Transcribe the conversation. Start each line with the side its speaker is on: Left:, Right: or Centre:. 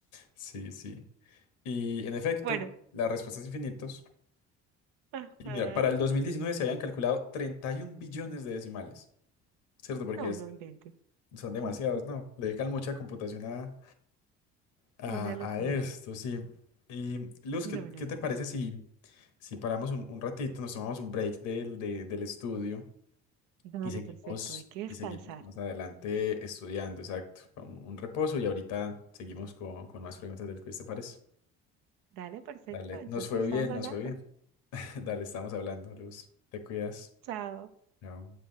Left: Sí, sí. Y en efecto,
Right: Bueno,
Left: la respuesta es infinitos.
Right: ajá.
Left: Y mira, para el 2019 se habían calculado 31 billones de decimales, ¿cierto? Porque
Right: No,
Left: es-
Right: no inventes.
Left: son demasiados,
Right: Mm,
Left: ¿no? Le dedican mucha computación a, a,
Right: Una locura.
Left: a esto, sí. Y Luz,
Right: No,
Left: ¿qué,
Right: no,
Left: qué
Right: no.
Left: te parece si, si paramos un, un ratito, nos tomamos un break del, de- del estudio
Right: Dale,
Left: y seguimos,
Right: perfecto, hay que descansar.
Left: y seguimos más adelante estudiando, exacto, con un, reposo y ahorita seguimos con, con más preguntas del quiz, ¿te parece?
Right: Dale, perfecto.
Left: Dale,
Right: Entonces
Left: nos fue
Right: estamos
Left: bien,
Right: hablando.
Left: nos fue bien. <laughs> Dale, estamos hablando, Luz. Te cuidas.
Right: Chao.
Left: Chao.